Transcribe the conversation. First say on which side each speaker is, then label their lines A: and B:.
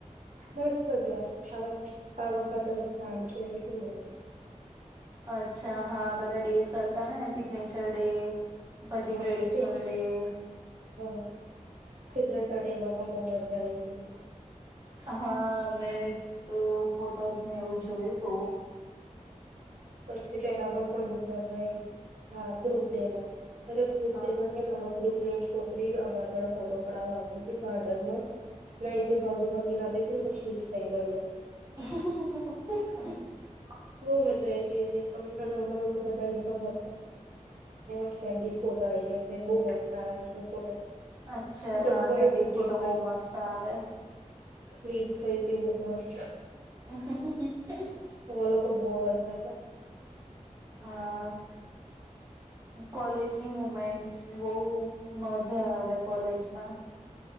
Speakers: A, on the right; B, on the right.
A: મસ્ત ગયા આ આ વખતેમાં સાડી પહેરી હતી મસ્ત.
B: અચ્છા હા બધા ડેઝ હતા ને સિગ્નેચર ડે. પછી
A: હ
B: ટ્રેડિશનલ
A: સગ
B: ડે
A: હ સિગ્નેચર ડેમાં પણ બહુ મજા. થ છે.
B: હા મે ફોટોઝ. ને એવું જોયું તો.
A: પછી ગામાં પણ બહુ મજા આવી. હા ગ્રુપ ડેમાં. અરે ગ્રુપ
B: હા
A: ડે <unintelligible> નમક. ગ્રુપ ની છોકરી અમારા આગળ ફોટો પડાવવાતી હતી ગાર્ડન માં ને ભાગી ભાગી ના હતી ને કશલીક થઈ ગઈ.
B: <inaudible>
A: બો મજા આવી હતી અને અમે લોકો બધાતા હસતા <unintelligible>
B: અચ્છા
A: જબરજસ્ત
B: હા કેન્ડિટ
A: સ્લીપ
B: ફોટો બો
A: થઈ
B: મસ્ત આવે.
A: સ્લીપ થઈ હતી બહુ મસ્ત.
B: <inaudible>
A: તો લોકો બહ હશે.
B: હા કોલેજની મુમેન્ટ્સ. બહ મજા આવે કોલેજમાં.